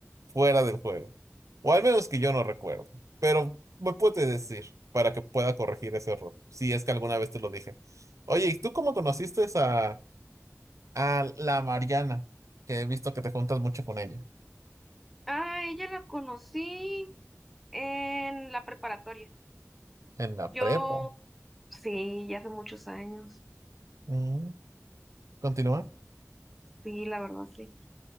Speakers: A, on the right (about 80°); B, in the centre.
A: fuera del juego. O al menos que yo no recuerdo. Pero me puedes decir para que pueda corregir ese error, si es que alguna vez te lo dije. Oye, ¿y tú cómo conociste a, a la Mariana? Que he visto que te juntas mucho con ella.
B: Ah, ella la conocí en la preparatoria.
A: En la
B: Yo,
A: prepa.
B: sí, ya hace muchos años.
A: Mm, ¿Continúa?
B: Sí, la verdad, sí.